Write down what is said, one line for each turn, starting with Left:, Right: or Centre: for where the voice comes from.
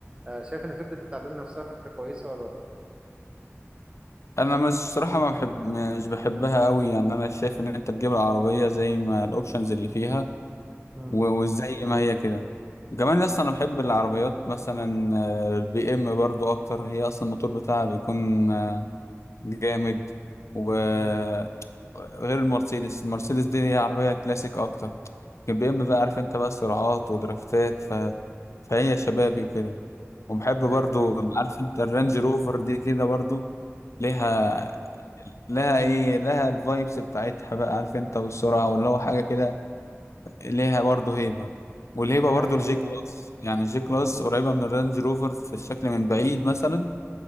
Right: آه، شايف إن فكرة التعديل نفسها فكرة كويسة ولا لأ؟
Left: انا مش صراحه ما بحب مش بحبها قوي يعني انا شايف ان انت تجيب العربيه زي ما الاوبشنز اللي فيها
Right: مم.
Left: و- وزي ما هي كده وكمان اصلا انا بحب العربيات مثلا البي ام برضو اكتر هي اصلا الموتور بتاعها بيكون جامد وغير
Right: مم.
Left: المرسيدس المرسيدس دي هي عربية كلاسيك أكتر لكن بي إم
Right: مم.
Left: بقى عارف أنت بقى سرعات ودرافتات ف... فهي شبابي
Right: مم.
Left: وكده وبحب برضو
Right: أيوه أيوه
Left: عارف أنت الرانج روفر دي كده برضو ليها
Right: كمل
Left: لها إيه لها الفايبس بتاعتها بقى عارف أنت
Right: <laughs>
Left: والسرعة واللي هو حاجة كده ليها برضو هيبة والهيبة
Right: دي
Left: برضو
Right: حقيقة
Left: الجي
Right: فعلا
Left: كلاس يعني الجي كلاس قريبة من الرانج روفر في الشكل من بعيد مثلا